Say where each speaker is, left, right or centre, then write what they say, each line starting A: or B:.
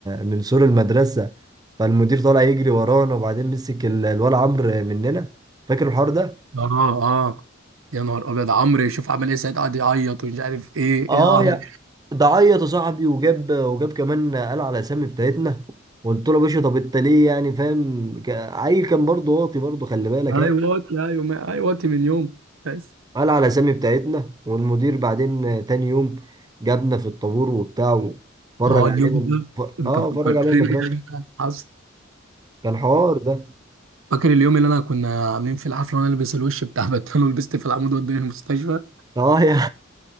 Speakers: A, on the right; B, on the right.
A: من سور المدرسة فالمدير طالع يجري ورانا وبعدين مسك ال- الولا عمرو مننا فاكر الحوار ده؟
B: اه اه يا نهار ابيض عمرو يشوف عمل ايه ساعتها قعد يعيط ومش عارف ايه
A: اه
B: ايه يا عمرو
A: يا ده عيط يا صاحبي وجاب وجاب كمان قال على اسامي بتاعتنا قلت له يا باشا طب انت ليه يعني فاهم ك- عيل كان برضه واطي برضه خلي بالك
B: ايوه
A: يعني
B: واتي ايوه ما- ايوه واتي من يوم بس
A: قال على الأسامي بتاعتنا والمدير بعدين تاني يوم جابنا في الطابور وبتاع وفرج
B: اه
A: علينا
B: اليوم ده
A: ف...
B: انت
A: اه
B: فكرتني
A: فرج علينا من الرسم
B: يا جدع. حصل
A: كان حوار ده
B: فاكر اليوم اللي انا كنا عاملين في الحفله وانا لابس الوش بتاع <laughs> باتمان ولبست في العمود وداني المستشفى
A: اه يا